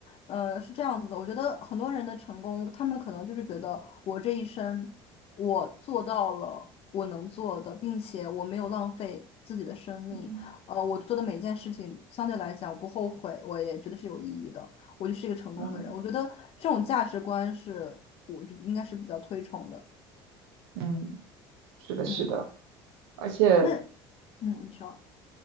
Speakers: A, on the left (about 50°); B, on the right (about 80°).
A: 呃，是这样子的。我觉得很多人的成功，他们可能就是觉得我这一生我做到了我能做的，并且我没有浪费自己的生命。
B: 嗯
A: 呃，我做的每件事情相对来讲我不后悔，我也觉得是有意义的，我就是一个成功的人。
B: 嗯
A: 我觉得这种价值观是我觉得应该是比较推崇的。
B: 嗯，是的，是的，
A: 嗯，
B: 而且
A: 那嗯，你说。